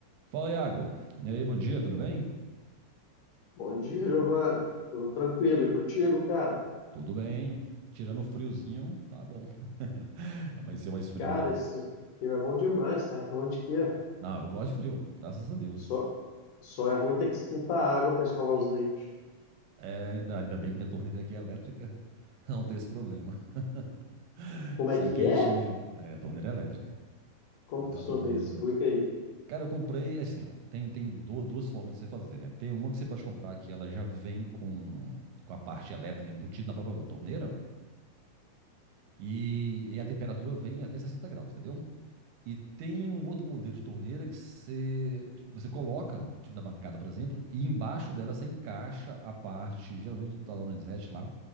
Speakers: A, on the right (about 80°); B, on the left (about 70°).
A: Fala, Iago. E aí, bom dia, tudo bem?
B: Bom dia, Giovanni. Tudo tranquilo e contigo, cara?
A: Tudo bem. Tirando o friozinho, tá bom. <laughs> Amanheceu mais frio,
B: Cara,
A: né?
B: esse filme é bom demais, tá reclamando de quê?
A: Não, eu gosto de frio, graças a Deus.
B: Só, só é ruim ter que esquentar a água para escovar os dentes.
A: É, ainda ainda bem que minha torneira aqui é elétrica, <laughs> não tem esse problema. <laughs>
B: Como
A: Sai
B: é que
A: quentinha.
B: é?
A: É, torneira elétrica.
B: Como
A: Botei
B: funciona
A: uma torneira
B: isso?
A: elétrica.
B: Explica aí.
A: Cara, eu comprei, assim, ó, tem, tem du- duas formas de você fazer, né? Tem uma que você pode comprar que ela já vem com, com a parte elétrica embutida na própria torneira e, e a temperatura vem até 60 graus, entendeu? E tem um outro modelo de torneira que você, você coloca, tipo da bancada, por exemplo, e embaixo dela você encaixa a parte, geralmente da Lorenzetti lá,